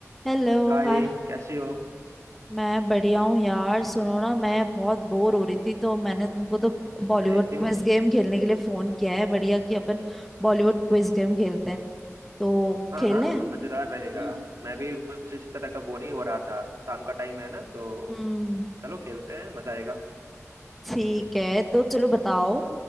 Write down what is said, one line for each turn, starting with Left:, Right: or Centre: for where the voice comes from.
Centre: Hello
Right: हाय
Centre: Hi
Right: कैसी हो
Centre: मैं बढ़िया हूँ यार सुनो ना मैं बहुत बोर हो रही थी तो मैंने तुमको तो बॉलीवुड
Right: अरे क्यों
Centre: क्विज गेम खेलने के लिए फोन किया है बढ़िया कि अपन बॉलीवुड क्विज गेम खेलते हैं तो
Right: हाँ
Centre: खेलें
Right: हाँ मजेदार रहेगा
Centre: हम्म
Right: मैं भी कुछ इसी तरह का बोर ही हो रहा था शाम का टाइम है ना तो
Centre: हम्म,
Right: चलो खेलते हैं मजा आएगा
Centre: ठीक है तो चलो बताओ